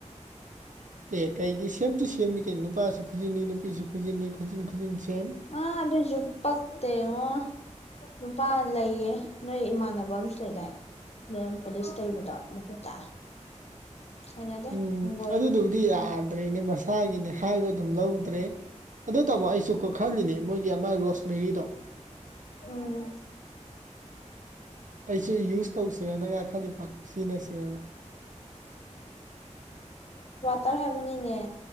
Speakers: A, on the right; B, on the left.
A: ꯑꯦ ꯀꯩꯒꯤ ꯁꯦꯝ ꯇꯨ ꯁꯦꯝꯅꯤ ꯀꯩꯅꯣ ꯅꯨꯄꯥꯁꯨ ꯈꯨꯖꯤꯟꯅꯤ ꯅꯨꯄꯤꯁꯨ ꯈꯨꯖꯤꯟꯅꯤ ꯈꯨꯖꯤꯟ ꯈꯨꯖꯤꯟ ꯁꯦꯝ
B: ꯑꯥ ꯑꯗꯨꯁꯨ ꯄꯛꯇꯦꯉꯣ ꯅꯨꯄꯥ ꯂꯩꯌꯦ ꯅꯣꯏ ꯏꯃꯥꯟꯅꯕ ꯑꯃꯁꯨ ꯂꯩꯗꯥꯏ ꯅꯦꯝ ꯄꯨꯂꯤꯁ ꯇꯩꯕꯗꯣ ꯃꯈꯨꯠꯇ ꯍꯩꯅꯗꯦ
A: ꯎꯝ
B: ꯍꯪꯒꯣꯏꯌꯦ
A: ꯑꯗꯨꯗꯨꯕꯨꯗꯤ ꯌꯥꯗ꯭ꯔꯦꯅꯦ ꯃꯁꯥꯒꯤꯅꯦ ꯍꯥꯏꯕ ꯑꯗꯨꯝ ꯂꯧꯗ꯭ꯔꯦ ꯑꯗꯨ ꯇꯥꯃꯣ ꯑꯩꯁꯨꯀꯣ ꯈꯜꯂꯤꯅꯤ ꯃꯣꯏꯒꯤ ꯑꯃ ꯔꯣꯁ ꯃꯦꯔꯤꯗꯣ
B: ꯎꯝ
A: ꯑꯩꯁꯨ ꯌꯨꯁ ꯇꯧꯁꯤꯔꯅ ꯌꯥ ꯈꯜꯂꯛꯄꯥ ꯁꯤꯖꯤꯟꯅꯁꯤꯔꯅ
B: ꯇꯥꯏ ꯍꯥꯏꯕꯅꯤꯅꯦ